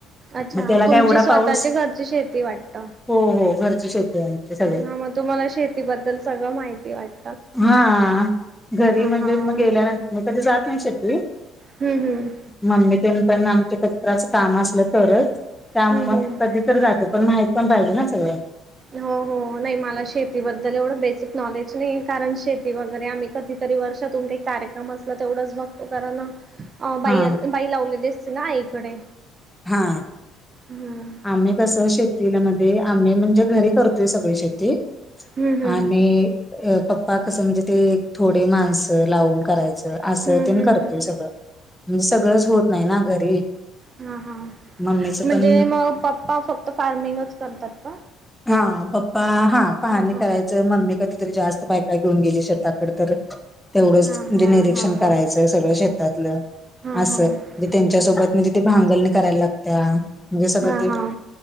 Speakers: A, on the right (about 40°); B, in the centre.
A: अच्छा
B: मग त्याला काय
A: तुमची
B: एवढा
A: स्वतःची
B: पाऊस
A: घरची शेती वाटत.
B: हो हो घरची शेती आहे आमची सगळे
A: हा मग तुम्हाला शेतीबद्दल सगळं माहिती वाटत.
B: हा घरी म्हणजे
A: हां हम्म
B: मग गेल्यानंतर मी कधी जात नाही शकली.
A: हम्म
B: मम्मी ते पण आमच्या कधीतर असं काम असेल तरच काम
A: हम्म
B: असलं
A: हम्म
B: तरच त्या कधी तर जाते पण माहि पाहिजे ना सगळ.
A: हो हो नाही मला शेतीबद्दल एवढं बेसिक नॉलेज नाही कारण शेती वगैरे आम्ही कधी तरी वर्षातून कधी काय कार्यक्रम असला तेवढाच बघतो कारण अ बाई
B: हा
A: बाई लावलेली असते ना आईकडे
B: हा.
A: हम्म.
B: आम्ही कसं शेतीला मध्ये आम्ही म्हणजे घरी करतोय सगळी शेती
A: हं हं
B: आणि पप्पा कस म्हणजे ते थोडे माणस लावून करायचे. असं
A: हं
B: तेन
A: हं
B: करतोय सगळं म्हणजे सगळंच होत नाही ना घरी
A: हा हा
B: मम्मीच
A: म्हणजे
B: पण
A: मग पप्पा फक्त फार्मिंगच करतात का?
B: हा पप्पा हा पहानी
A: हां हां
B: करायच. मम्मी कधीतरी जास्त बायका घेऊन गेली शेताकड तर तेवढंच
A: हां
B: म्हणजे
A: हां
B: निरीक्षण
A: हां हां
B: करायचं सगळ शेतातलं असं.
A: हां हां
B: म्हणजे त्यांच्या सोबत म्हणजे ते भांगलणी करायला लागत्या म्हणजे सगळं. ते
A: हां हां